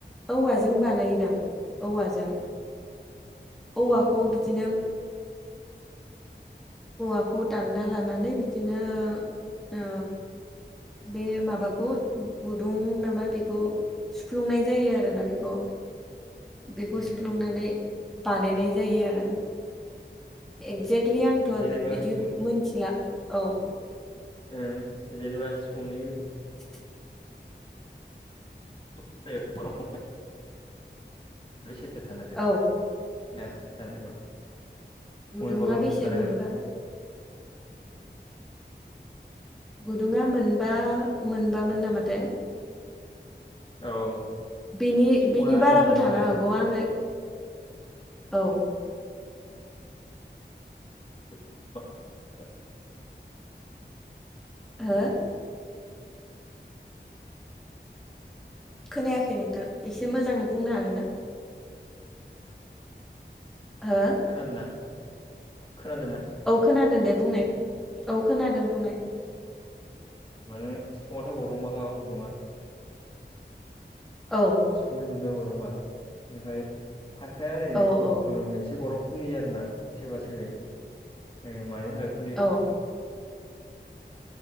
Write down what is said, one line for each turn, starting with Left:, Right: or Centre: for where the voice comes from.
Centre: औवाजों बानायोदां। औवाजों औवाखौ
Left: उम
Centre: बिदिनो औवाखौ दानना लानानै बिदिनो ओ बे माबाखौ गुदुं नामा बेखौ सुफ्लुंनाय जायो आरोना बेखौ बेखौ
Left: उम
Centre: सुफ्लुंनानै बानायनाय जायो आरो एक्जेक्लि आं थ'
Left: जेनेबा
Centre: बिदि
Left: सिफुं
Centre: मिथिला औ
Left: ओ जेनेबा सिफुंनि
Centre: <inaudible>
Left: <unintelligible> <unintelligible>
Centre: औ गुदुङा
Left: फुंनि गौरांखौ
Centre: बेसे
Left: खोन्थानो
Centre: मोनबा?
Left: हागोन
Centre: गुदुङा मोनबा मोनबामोन नामाथाय?
Left: औ
Centre: बेनि
Left: सिफुङा
Centre: बेनि बाराबो
Left: मोनबाखा
Centre: थानो हागौ आङो औ
Left: <inaudible>
Centre: ओ खोनायाखै नोंथां एसे मोजाङै बुंनो हागोन ना? ओ
Left: खोनादों ना खोनादों ना?
Centre: औ खोनादों दे बुंनाय औ खोनादों बुंनाय।
Left: माने सिफुङाथ' गौरंबाखा गुदुङा।
Centre: औ
Left: सिफुंनि गुदुं गरंबा ओमफ्राय खायफाया ओरैनो
Centre: औ औ
Left: मोनसे गर खुलियो आरो ना सोरबा सोरब मानि थाखाय खुलियो
Centre: औ